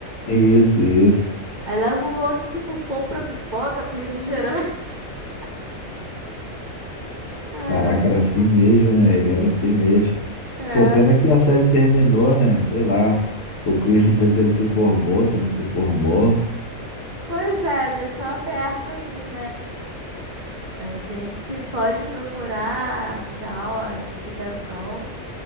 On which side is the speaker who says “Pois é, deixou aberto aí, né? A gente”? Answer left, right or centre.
Right